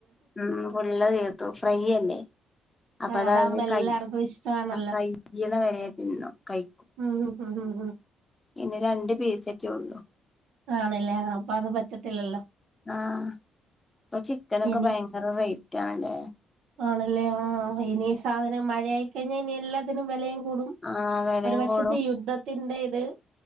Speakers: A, on the left; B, on the right.
A: ഉ ഫുള്ള് തീർത്തു ഫ്രൈ അല്ലേ അപ്പ
B: ആഹ്
A: അതത്
B: അതാവുമ്പോ എല്ലാർക്കും
A: കൈ
B: ഇഷ്ടാണല്ലോ
A: കയ്യണ വരെ തിന്നോ കഴിക്കും
B: ഉം ഉം ഉം ഉം
A: പിന്നെ രണ്ട് പീസ് കേ ഉണ്ടോ
B: ആണല്ലേ ആ അപ്പൊ അത് പറ്റത്തില്ലല്ലോ
A: ആഹ ഇപ്പൊ ചിക്കനൊക്കെ
B: എനി
A: ഭയങ്കര റേറ്റ് റ്റാണ് ല്ലേ
B: ആണല്ലേ ആ ഇനി സാധനം മഴയായി കഴിഞ്ഞ ഇനി എല്ലാത്തിനും വലയും കൂടും
A: ആഹ് വെലയും
B: ഒരു വശത്തെ
A: കൂടും
B: യുദ്ധ തിൻന്റേത്